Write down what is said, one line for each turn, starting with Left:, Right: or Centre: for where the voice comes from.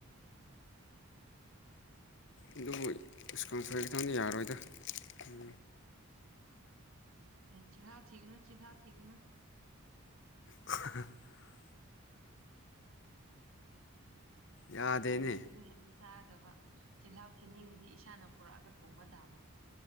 Left: ꯑꯗꯨꯕꯨ ꯏꯁꯀꯥꯎꯟꯁꯦ ꯈꯤꯇꯪꯅꯤ ꯌꯥꯔꯣꯏꯗ ꯎꯝ
Right: ꯆꯤꯍꯥꯎ ꯊꯤꯅ ꯆꯤꯍꯥꯎ ꯊꯤꯅ
Left: <unintelligible> ꯌꯥꯗꯦꯅꯦ
Right: ꯊꯣꯡꯕꯤꯕꯗ ꯍꯦꯛꯇ ꯆꯥꯒꯗꯕ ꯆꯤꯜꯍꯥꯎ ꯊꯤꯅꯤꯡꯗꯤ ꯏꯁꯥꯅ ꯄꯨꯔꯛꯑꯒ ꯊꯣꯡꯕ ꯇꯥꯕ